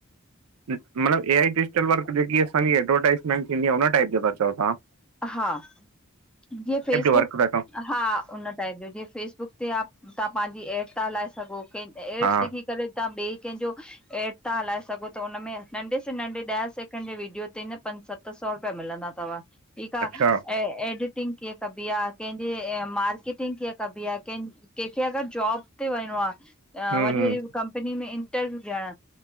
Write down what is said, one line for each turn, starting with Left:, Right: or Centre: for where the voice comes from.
Right: मलब, ए आई डिजिटल वर्क जेकी असांजी एडवरटाइज़मेंट थींदी आ, उन टाइप जो था चओ तां?
Centre: हा, जीअं फेसबुक,
Right: वर्क था चओ
Centre: हा उन ताहेंजो जीअं फेसबुक ते आ, तां पांजी एड ता हलाए सघो, केन एड्स
Right: हा
Centre: जेकी कॾे तां ॿे केंजों एड ता हलाए सघो, त हुनमें, नंढे स नंढे ॾह सेकेंड जे वीडियो ते न, पंज सत त सौ रुपया मिलंदा तव, ठीक आ,
Right: अच्छा
Centre: ऐं एड टींग कीअं कबी आ, केंजे मार्केटिंग कीअं कबी आ केन कंहिंखे अगर जॉब ते वञिणो आ,
Right: हम्म
Centre: वॾी
Right: हम्म
Centre: वॾी कंपनी में इंटरव्यू ॾियण